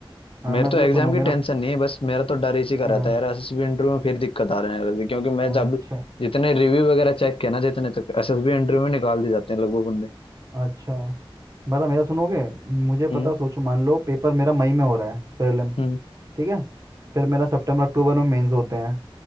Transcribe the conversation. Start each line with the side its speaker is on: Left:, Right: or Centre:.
Right: हाँ
Left: मेरे
Right: मैं
Left: तो
Right: तुम्हें
Left: एग्जाम
Right: सुनूँ
Left: की
Right: मेरा
Left: टेंशन नहीं है बस मेरा तो डर इसी का
Right: हाँ,
Left: रहता है यार एसएसबी इंटरव्यू में फिर दिक्कत आ रही है क्योंकि मैं
Right: अच्छा
Left: जब जितने रिव्यू वगैरह चेक किया ना जितने तक एसएसबी इंटरव्यू में निकाल दिए जाते हैं लगभग बंदे
Right: अच्छा बता मेरा सुनोगे मुझे पता
Left: हम्म
Right: सोचो मान लो पेपर मेरा मई में हो रहा है प्रीलिम
Left: हम्म
Right: ठीक है फिर मेरा सितंबर अक्टूबर में मेंस होते हैं